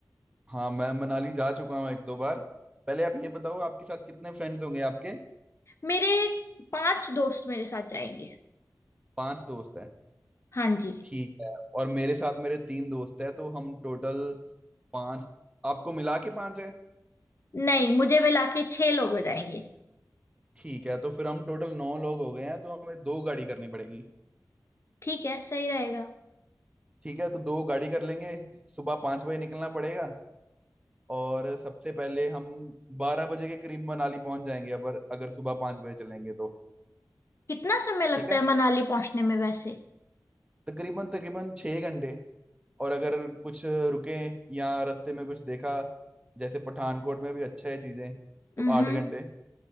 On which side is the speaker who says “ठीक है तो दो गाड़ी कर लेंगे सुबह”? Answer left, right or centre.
Right